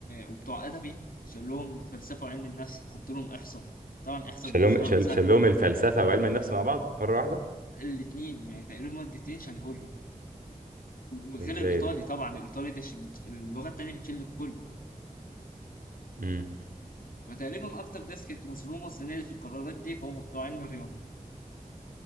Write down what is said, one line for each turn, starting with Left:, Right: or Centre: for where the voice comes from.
Left: وبتوع أدبي شال لهم فلسفة وعلم النفس حط لهم إحصاء طبعا إحصاء
Right: شالهم
Left: بالنسبة
Right: شال-
Left: لهم سهلة
Right: شالهم الفلسفة وعلم النفس مع بعض مرة واحدة
Left: الاتنين يعني تقريبا مادتين شالهولهم وغير
Right: ازاي
Left: الإيطالي
Right: ده
Left: طبعا الإيطالي ده شي- اللغة التانية بتشيل الكل
Right: امم
Left: فتقريبا أكتر ناس كانت مظلومة السنة دي في القرارات دي فهم بتوع علم الرياضة